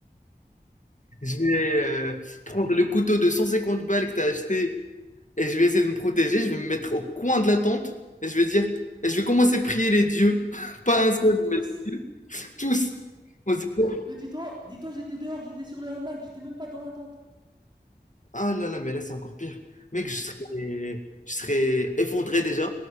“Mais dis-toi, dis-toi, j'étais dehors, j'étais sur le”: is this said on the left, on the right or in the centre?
Right